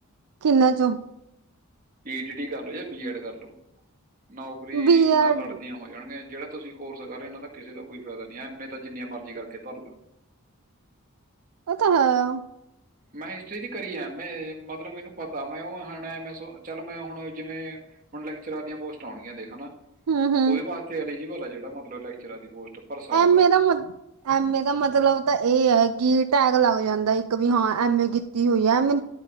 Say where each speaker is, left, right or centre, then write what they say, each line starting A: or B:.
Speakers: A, on the right (about 85°); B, on the right (about 35°).
A: ਕਿੰਨਾ ਚੋਂ
B: ਟੀ ਡੀ ਕਰ ਲੋ ਜਾਂ ਬੀਐਡ ਕਰਲੋ, ਨੌਕਰੀ
A: ਬੀ
B: ਨਾਲ
A: ਐਡ
B: ਲੜਦੇਆਂ ਹੋ ਜਾਨਗੀਆਂ ਜੇੜਾ ਤੁਸੀਂ ਕੋਰਸ ਕਰ ਰਏ ਓਂ ਏਨਾਂ ਦਾ ਕਿਸੇ ਦਾ ਕੋਈ ਫੈਦਾ ਨੀ ਐਮੈ ਤਾਂ ਜਿੰਨੀਆਂ ਮਰਜ਼ੀ ਕਰਕੇ ਧਰਲੈ।
A: ਓ ਤਾਂ ਹੈ ਆ।
B: ਮੈਂ ਹਿਸਟਰੀ ਦੀ ਕਰੀ ਆ ਐਮੇ ਮਤਲਬ ਮੈਨੂੰ ਪਤਾ ਮੈਂ ਓ ਹੁਨ ਮੈਂ ਸੋ ਚੱਲ ਮੈਂ ਹੁਨ ਜਿਵੇਂ ਹੁਨ ਲੈਕਚਰਾਰ ਦੀਆਂ ਪੋਸਟਾਂ ਔਣਗੀਆਂ ਦੇਖ ਹਨਾ,
A: ਹੂੰ ਹੂੰ
B: ਓਦੇ ਵਾਸਤੇ ਐਲੀਜੀਬਲ ਆ ਜੇੜਾ ਮਤਲਬ ਲੈਕਚਰਾਰ ਦੀ ਪੋਸਟ ਭਰ ਸਕਦਾ
A: ਐਮੇ
B: ਉਹ
A: ਦਾ ਮਤ ਐਮੇ ਦਾ ਮਤਲਬ ਤਾਂ ਏ ਐ ਕਿ ਟੈਗ ਲੱਗ ਜਾਂਦਾ ਇੱਕ ਵੀ ਹਾਂ ਐਮੇ ਕੀਤੀ ਹੋਈ ਆ, ਐਮੇ